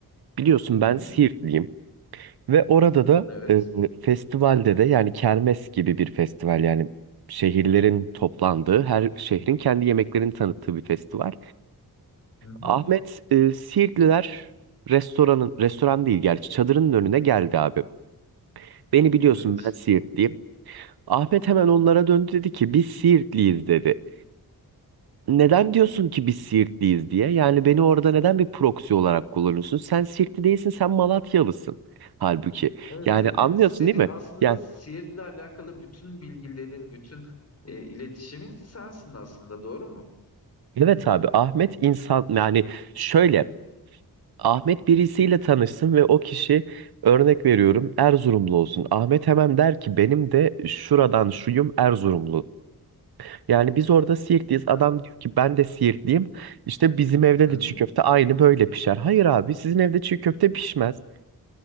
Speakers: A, on the right; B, on the left.
A: Biliyorsun
B: Hı hı.
A: ben Siirtliyim. Ve orada da
B: Evet.
A: e, festivalde de yani kermes gibi bir festival yani şehirlerin toplandığı, her şehrin kendi yemeklerini tanıttığı bir festival.
B: Hı hı.
A: Ahmet e, Siirtliler restoranın, restoran değil gerçi çadırının önüne geldi abi. Beni biliyorsun
B: Evet.
A: ben Siirtliyim. Ahmet hemen onlara döndü dedi ki biz Siirtliyiz dedi. Neden diyorsun ki biz Siirtliyiz diye? Yani beni orada neden bir proxy olarak kullanıyorsun? Sen Siirtli değilsin, sen Malatyalısın. Halbuki.
B: Evet
A: Yani
B: yani
A: anlıyorsun
B: senin
A: değil mi?
B: aslında
A: Yani
B: Seattle'le alakalı bütün bilgilerin, bütün e, iletişimin sensin aslında doğru mu?
A: evet abi Ahmet insan yani şöyle Ahmet birisiyle tanışsın ve o kişi örnek veriyorum Erzurumlu olsun. Ahmet hemen der ki benim de şuradan şuyum Erzurumlu. Yani biz orada Siirtliyiz. Adam
B: <laughs> Hı
A: diyor ki ben de Siirtliyim. İşte bizim evde
B: hı.
A: de çiğ köfte aynı böyle pişer. Hayır abi sizin evde çiğ köfte pişmez.